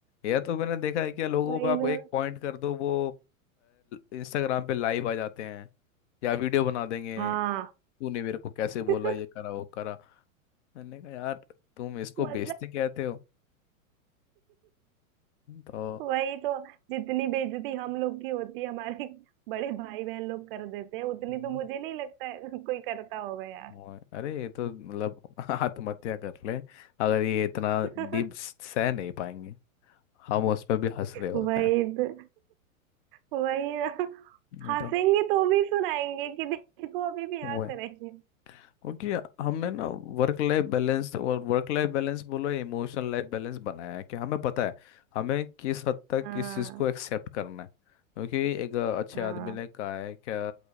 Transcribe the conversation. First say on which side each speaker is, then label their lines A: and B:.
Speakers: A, on the left; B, on the right.
A: या तो मैंने देखा है कि लोगों
B: वही
A: पे आप
B: ना
A: एक पॉइंट कर दो वो इंस्टाग्राम पे लाइव आ जाते हैं या वीडियो बना देंगे
B: हाँ
A: तूने मेरे को कैसे बोला
B: <laughs>
A: ये करा वो करा मैंने कहा यार तुम इसको
B: मतलब
A: बेइज्जती कहते हो तो
B: वही तो जितनी बेइज्जती हम लोग की होती है हमारे बड़े भाई बहन लोग कर देते हैं उतनी
A: हम्म।
B: तो मुझे नहीं लगता है कोई करता होगा यार
A: और- अरे ये तो मतलब <laughs> आत्महत्या कर ले अगर ये इतना
B: <laughs>
A: डीप सह नहीं पाएंगे हम उसमें भी हंस रहे होते
B: वही
A: हैं
B: तो वही ना
A: नहीं
B: हंसेंगे
A: तो
B: तो भी सुनाएंगे कि देखो अभी भी हंस
A: वो है
B: रहे हैं
A: क्योंकि हमने ना वर्क लाइफ बैलेंस और वर्क लाइफ बैलेंस बोलो इमोशनल लाइफ बैलेंस बनाया है कि हमें पता है हमें किस हद तक
B: हाँ
A: किस चीज़ को एक्सेप्ट करना है क्योंकि एक अच्छे
B: हाँ
A: आदमी ने कहा है कि